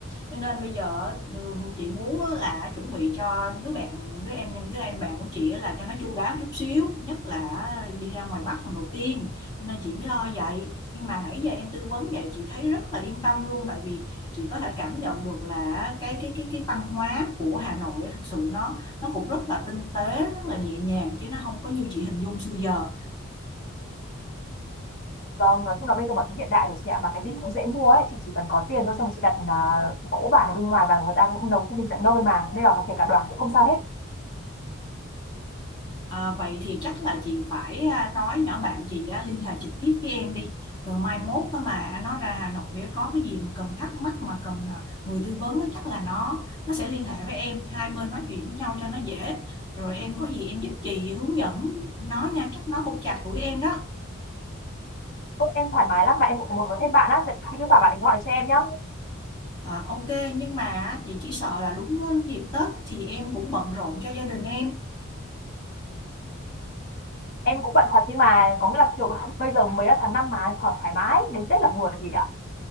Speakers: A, on the left; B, on the left.
A: cho nên bây giờ á, ừ, chị muốn á là chuẩn bị cho đứa bạn đứa em đứa em bạn của chị á là cho nó chu đáo một chút xíu nhất là đi ra ngoài Bắc lần đầu tiên cho nên chị mới lo vậy nhưng mà nãy giờ em tư vấn vậy chị thấy rất là yên tâm luôn tại vì chị có thể cảm nhận được là cái cái cái cái văn hóa của Hà Nội á, thực sự nó nó cũng rất là tinh tế rất là nhẹ nhàng chứ nó không có như chị hình dung xưa giờ
B: vâng nói chung là bây giờ mọi thứ hiện đại rồi chị ạ mà cái gì cũng dễ mua ấy chị chỉ cần có tiền thôi xong rồi chị đặt à, cỗ bản ở bên ngoài và người ta cũng nấu cho mình tận nơi mà nên là kể cả đoàn cũng không sao hết
A: à, vậy thì chắc là chị phải à, nói nhỏ bạn chị á, liên hệ trực tiếp với em đi rồi mai mốt á mà nó ra Hà Nội á, có cái gì mà cần thắc mắc mà cần à, người tư vấn á, chắc là nó nó sẽ liên hệ với em hai bên nói chuyện với nhau cho nó dễ rồi em có gì em giúp chị hướng dẫn nó nha chắc nó cũng chạc tuổi em đó
B: Ôi, em thoải mái lắm mà em cũng muốn có thêm bạn á vậy chị cứ bảo bạn ấy gọi cho em nhá
A: Ờ, ok nhưng mà chị chỉ sợ là đúng dịp Tết thì em cũng bận rộn cho gia đình em
B: em cũng bận thật nhưng mà có nghĩa là kiểu bây giờ mới là tháng 5 mà thoải thoải mái đến Tết là vừa chị ạ